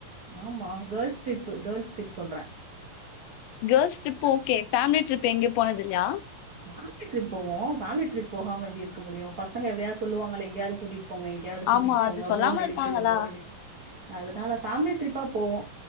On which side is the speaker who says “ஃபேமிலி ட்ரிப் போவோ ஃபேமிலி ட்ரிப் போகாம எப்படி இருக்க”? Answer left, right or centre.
Right